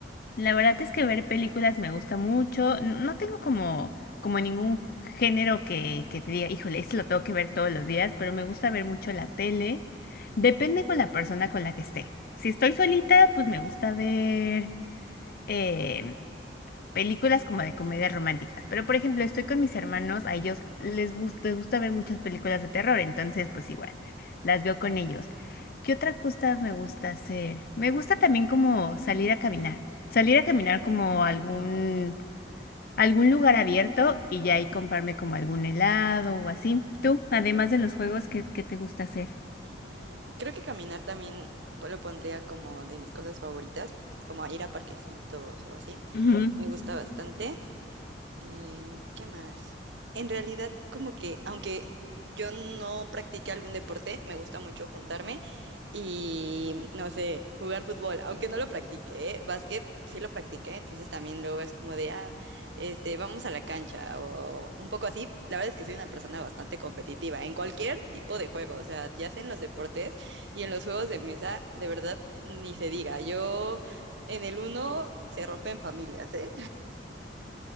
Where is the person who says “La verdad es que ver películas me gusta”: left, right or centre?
Left